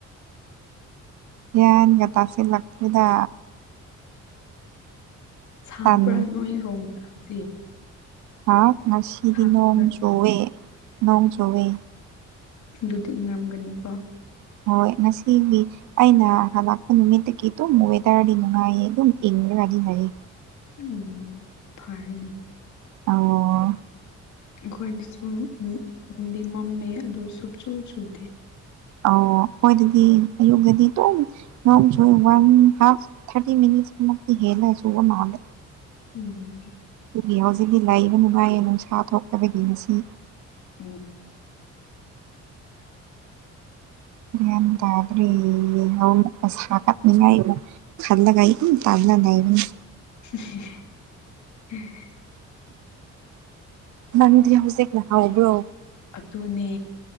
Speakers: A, on the right (about 70°); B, on the left (about 70°).
A: ꯒ꯭ꯌꯥꯟꯒ ꯇꯁꯤꯜꯂꯥꯛꯇ꯭ꯔꯦꯗ
B: ꯁꯕ꯭ꯔꯥ
A: ꯇꯟ
B: ꯅꯣꯏ ꯔꯣꯝꯗ ꯍꯧꯖꯤꯛ
A: ꯍꯥꯎ ꯉꯁꯤꯗꯤ
B: ꯁꯥꯕ꯭ꯔꯥ
A: ꯅꯣꯡ ꯆꯨꯋꯦ ꯅꯣꯡ ꯆꯨꯋꯦ
B: ꯑꯗꯨꯗꯤ ꯏꯪꯉꯔꯝꯒꯅꯤꯀꯣ
A: ꯍꯣꯏ ꯉꯁꯤꯒꯤ ꯑꯩꯅ ꯍꯂꯛꯄ ꯅꯨꯃꯤꯠꯇꯒꯤ ꯑꯗꯨꯝ ꯋꯦꯗꯔꯗꯤ ꯅꯨꯡꯉꯥꯏꯌꯦ ꯑꯗꯨꯝ ꯏꯪꯉꯔꯒꯗꯤ ꯂꯩ
B: ꯎꯝ ꯐꯔꯦꯅꯦ
A: ꯑꯧꯋꯣ
B: ꯑꯩꯈꯣꯏꯅꯆꯨ ꯎꯝ ꯃꯝꯗꯤ ꯃꯝꯃꯦ ꯑꯗꯨ ꯁꯨꯞꯆꯨ ꯁꯨꯗꯦ
A: ꯑꯧꯋꯣ ꯈꯣꯏꯗꯗꯤ ꯑꯌꯨꯛꯗꯗꯤ ꯇꯨꯝ <unintelligible> ꯋꯥꯟ ꯍꯥꯞ ꯊ꯭ꯔꯇꯤ ꯃꯤꯅꯤꯠꯁ ꯃꯨꯛꯇꯤ ꯍꯦꯜꯂ ꯁꯨꯕ ꯃꯥꯜꯂꯦ
B: ꯎꯝ
A: ꯇꯨꯒꯤ ꯍꯧꯖꯤꯛꯇꯤ ꯂꯩꯕ ꯅꯨꯡꯉꯥꯏꯌꯦ ꯅꯨꯡꯁꯥ ꯊꯣꯛꯇꯕꯒꯤ ꯉꯁꯤ
B: ꯎꯝ
A: ꯒꯌꯥꯟ ꯇꯗ꯭ꯔꯤ ꯌꯦꯜꯍꯧ ꯉꯛ ꯃꯁꯥ ꯀꯛ ꯅꯤꯡꯉꯥꯏ ꯑꯃꯨꯛ ꯈꯜꯂꯒꯥ ꯑꯩ ꯇꯨꯝ ꯇꯜꯂ ꯂꯩꯕꯅꯤ
B: <unintelligible> <inaudible>
A: ꯅꯪꯗꯤ ꯍꯧꯖꯤꯛꯅ ꯍꯥꯎꯕ꯭ꯔꯣ
B: ꯑꯗꯨꯅꯦ